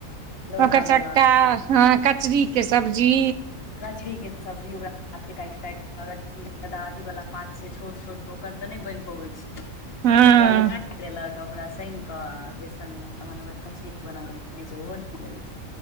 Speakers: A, on the left; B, on the right.
A: लोढ़ा
B: ओकर चक्का
A: वाला
B: हँ कचरी केँ सब्जी
A: कचरीके के सब्जी ओकरा पात काइट <unintelligible> अथी वाला पात छै छोट छोट तऽ ओकर तऽ नै बैन पाबे छैइ ओकरा
B: हँ
A: लोक काइट देलक ओकरा साइन कऽ बेसनमे तहन ओकरा कचरी बना बनै छै ओहो नीक लगैत छैइ